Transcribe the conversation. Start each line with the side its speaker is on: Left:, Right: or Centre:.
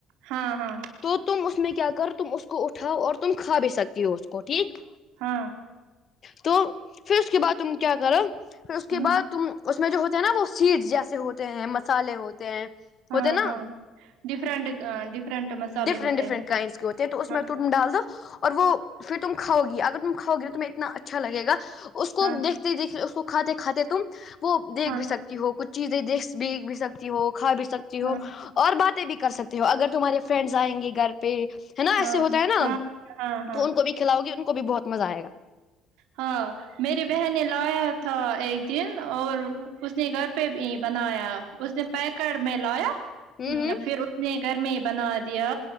Right: ہاں ہاں <unintelligible>
Left: تو تم اس میں کیا کر تم اس کو اٹھاؤ اور تم کھا بھی سکتی ہو اس کو ٹھیک
Right: ہاں <unintelligible>
Left: تو پھر اس کے بعد تم کیا کرو پھر اس
Right: ہوں
Left: کے بعد تم اس میں جو ہوتے ہیں نا وہ سیڈس جیسے ہوتے ہیں مسالحے ہوتے ہیں
Right: ہاں
Left: ہوتے ہیں
Right: ہاں
Left: نا
Right: <unintelligible> ڈفرنٹ ڈفرنٹ مسالے
Left: ڈفرنٹ
Right: ہوتے
Left: ڈفرنٹ
Right: ہیں
Left: کائنڈس کے ہوتے ہیں تو اس
Right: ہاں
Left: میں تم ڈال دو اور وہ پھر تم کھاؤ گی اگر تم کھاؤ گی تو تمہیں اتنا اچھا لگ گا اس کو
Right: ہاں
Left: دیکھ دیکھ اس کو کھاتے کھاتے تم وہ دیکھ
Right: ہاں
Left: بھی سکتے <unintelligible> ہو کچھ چیزیں دیکھ بھی بھی سکتی ہو کھا بھی سکتی ہو
Right: ہاں
Left: اور باتیں بھی کر سکتے ہو اگر تمہارے فرینڈس آئیں گے گھر پہ ہے نا
Right: ہاں
Left: ایسے ہوتا ہے نا
Right: ہاں
Left: <unintelligible>
Right: ہاں ہاں
Left: تو ان کو بھی کھلاؤ گی ان کو بھی بہت مزہ آ گا
Right: ہاں <unintelligible> میری بہن نے لایا تھا ایک دن اور اس نے گھر پہ بھی بنایا اس نے پیکٹ میں لایا <unintelligible>
Left: ہوں ہوں
Right: پھر اس نے گھر میں ہی بنا دیا